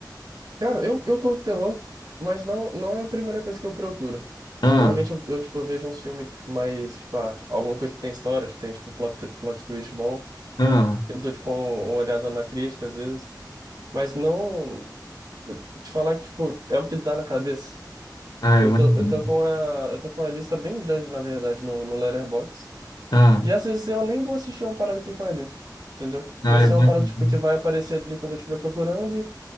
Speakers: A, on the right (about 75°); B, on the left (about 70°).
A: Cara, eu, eu curto terror, mas não, não é a primeira coisa que eu procuro.
B: Ah,
A: Normalmente eu, eu, tipo, eu vejo uns filmes tipo, mais, tipo, ah, alguma coisa que tem história, que tem, tipo, plot, plot twist bom.
B: ah,
A: Eu dou, tipo, um- uma olhada na crítica, às vezes. Mas não... Te falar que, tipo, é o que dá na cabeça.
B: ah,
A: Eu
B: eu imagino.
A: tô, eu tô com a, eu tô com uma lista bem grande, na verdade, no, no Letterboxd.
B: Ah,
A: E às vezes eu nem vou assistir uma parada que tá ali, entendeu?
B: ah,
A: Vai ser
B: eu imagino.
A: uma parada, tipo, que vai aparecer ali quando eu estiver procurando